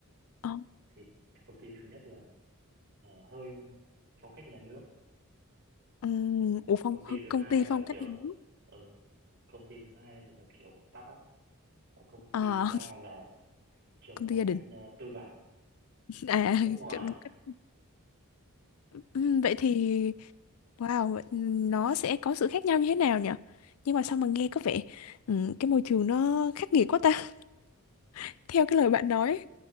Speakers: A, on the left (about 75°); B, on the right (about 55°).
A: Ờ.
B: thì công ty thứ nhất là, ờ, hơi phong cách nhà nước.
A: Ừ,
B: Đó,
A: ủa phong
B: công ty thứ
A: công
B: hai
A: ty
B: là,
A: phong cách
B: kiểu
A: nhà nước
B: ừ, công ty thứ hai là, kiểu, startup và công
A: à,
B: ty thứ ba là
A: <laughs>
B: chuẩn
A: công
B: phong
A: ty gia
B: cách,
A: đình
B: ơ, tư bản,
A: à <laughs>
B: nước ngoài.
A: kiểu đúng cách ừ, vậy thì wow nó sẽ có sự khác nhau như thế nào nhỉ nhưng mà sao mà nghe có vẻ ừ, cái môi trường nó khắc nghiệt quá ta <laughs> theo cái lời bạn nói